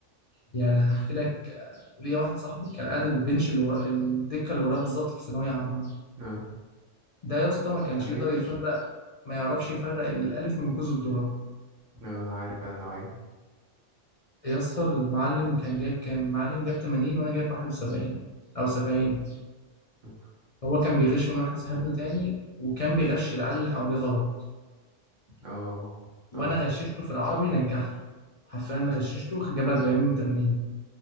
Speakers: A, on the left (about 45°); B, on the right (about 80°).
A: يعني هحكي لك آه، ليا واحد صاحبي كان قاعد البنش اللي ورا الدكه اللي وراه بالظبط في ثانويه عامه
B: اه
A: ده يا اسطى ما كانش
B: كان
A: يقدر
B: بيغش
A: يفرق ما يعرفش يفرق الالف من كوز الذره
B: اه عارف انا النوعية دي
A: يا اسطى المعلم كان جايب كام المعلم جاب 80 وانا جايب 71 او 70
B: نوب
A: هو كان بيغش من واحد صاحبنا تاني وكان بيغش العيال اللي حواليه غلط
B: اه
A: وانا
B: اه
A: غششته في العربي نجحته حرفيا انا غششته جاب 40 من 80